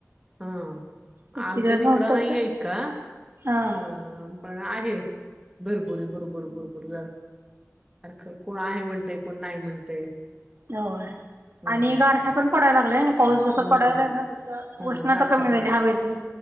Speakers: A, on the right; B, on the right.
A: हम!
B: इतके
A: आमच्या
B: दिवस
A: तिकडं
B: नव्हता
A: नाहीये
B: तर.
A: इतका?
B: हा
A: ह अ पण आहे भूर भूर भूर जरा.. क कोण आहे म्हणते कोण नाही म्हणतय.
B: हो य
A: हम्म
B: आणि गारठा पण पडायला लागलाय. पाऊस जसा
A: हम्म
B: पडालाय ना तस
A: हा
B: उष्णता
A: गारठा
B: कमी व्हाईलहवेतली
A: पडा